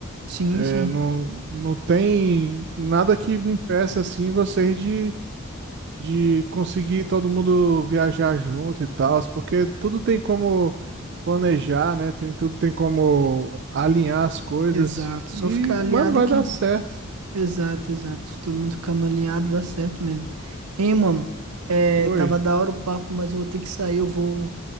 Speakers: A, on the right; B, on the right.
A: Sim,
B: É,
A: sim.
B: Não, não tem nada que impeça assim vocês de, de conseguir todo mundo viajar junto e tal, porque tudo tem como planejar, né? Tem, tudo tem como alinhar as coisas.
A: Exato. Só
B: E,
A: ficar alinhado
B: mano, vai
A: aqui.
B: dar certo.
A: Exato, exato. Todo mundo ficando alinhado dá certo mesmo. Hein, mano? É,
B: Oi.
A: tava da hora o papo, mas eu vou ter que sair. Eu vou,